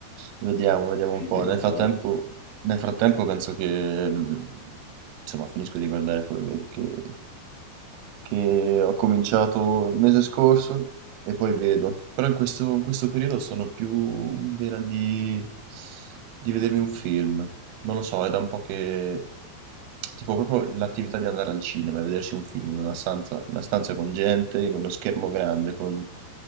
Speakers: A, on the right; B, on the left.
A: vediamo, vediamo un po'.
B: Prima
A: Nel
B: o poi.
A: frattempo, nel frattempo penso che, mh, insomma, finisco di guardare quello che, che- che ho cominciato il mese scorso e poi vedo. Però in questo, in questo periodo sono più in vena di, di vedermi un film. Non lo so, è da un po' che... Tipo proprio l'attività di andare al cinema e vedersi un film in una stanza, una stanza con gente, in uno schermo grande, con